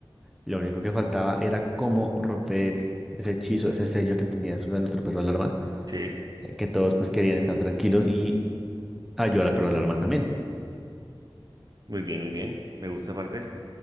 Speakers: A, in the centre; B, on the right.
A: Lo único que faltaba era cómo romper ese hechizo, ese sello que tenía sobre nuestro perro alarma,
B: sí,
A: eh, que todos pues querían estar tranquilos y ayudar al perro alarma también.
B: muy bien, muy bien. Me gusta aparte.